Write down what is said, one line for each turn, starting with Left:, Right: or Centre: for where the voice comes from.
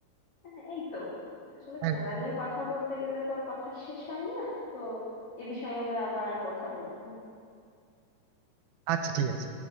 Left: আহ, এই তো আসলে খেলা
Right: একদম।
Left: নিয়ে কথা বলতে গেলে তো আর কথার শেষ হয় না তো এ বিষয়ে আমরা আবার কথা বলবো
Right: আচ্ছা ঠিক আছে